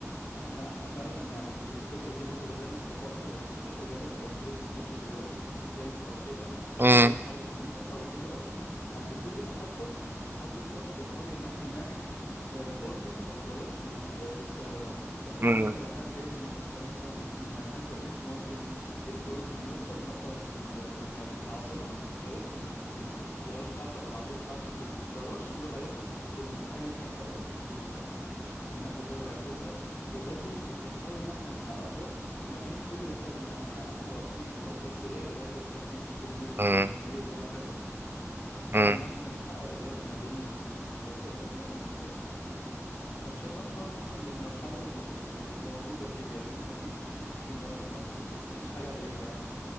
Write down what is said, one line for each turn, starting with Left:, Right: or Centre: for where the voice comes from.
Left: احنا احنا فعلا يعني ال- الفكره دي برضو بدانا نطبقها لو انت خدت بالك لو نزلت المترو دلوقتي الخط الثالث او كده اللي
Right: مم.
Left: هي المرحله الجديده او ال ار تي عند كل محطه محطه قطر بنحاول ان احنا نعمل آه، باركينج او جراج لل- للسيارات بحيث
Right: مم.
Left: مثلا لو حد جاي من الاقاليم او من من مكان بعيد ممكن بمجرد انه يوصل مثلا ال- المدي العاصمه هيركن ال- ال- السياره بتاعته او العربيه بتاعته في الجراج وهياخد ال- ايا كان بقى وسيله النقل اللي هو هياخدها وبرضه بنحاول ان احنا نحقق ربط ما بين كل وسائل النقل يعني احنا رابطين القطر السريع بالقطر الخفيف بالمترو
Right: مم.
Left: بالمونوريل وهكذا بنحاول
Right: مم.
Left: ان احنا نحقق الربط ما بين ال ال الوسائل النقل المختلفة يعني فان شاء الله نحاول نوصل للمرحلة ال- ال- اللي موجودة في اليابان اكيد محتاجين وقت ومجهود بس مفيش حاجة بعيدة يعني